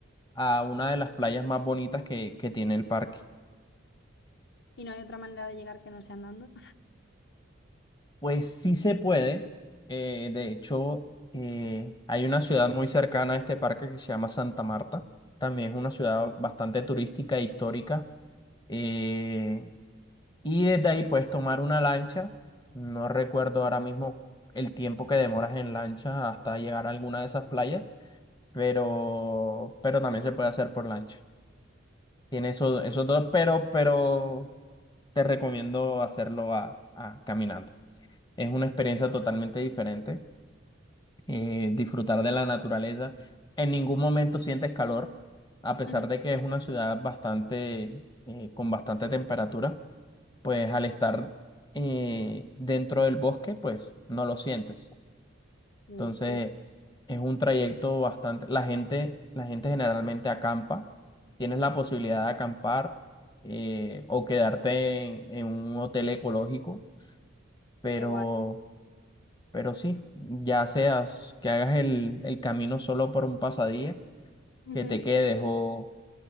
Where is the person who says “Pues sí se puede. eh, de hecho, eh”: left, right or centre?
Left